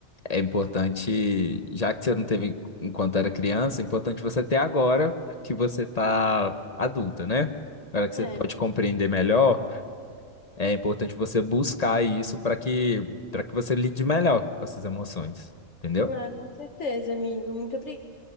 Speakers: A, on the left (about 35°); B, on the left (about 60°).
A: é importante, já que você não teve enquanto era criança, é importante você ter agora que você tá adulta, né? Agora que você
B: É.
A: pode
B: <laughs>
A: compreender melhor, é importante você buscar isso para que para que você lide melhor com essas emoções, entendeu?
B: Ah, com certeza, amigo. Muito obrigada.